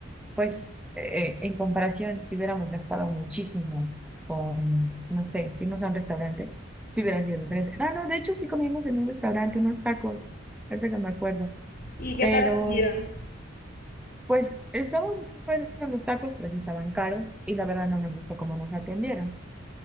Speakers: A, in the centre; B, on the left (about 45°).
A: Pues eh, en comparación, si hubiéramos gastado muchísimo con, no sé, irnos a un restaurante, si hubiera sido diferente. Ah, no, de hecho sí comimos en un restaurante unos tacos, ahorita que me acuerdo.
B: ¿Y qué
A: Pero
B: tal estuvieron?
A: pues estaban buenos los tacos, pero sí estaban caros y la verdad no nos gustó cómo nos atendieron.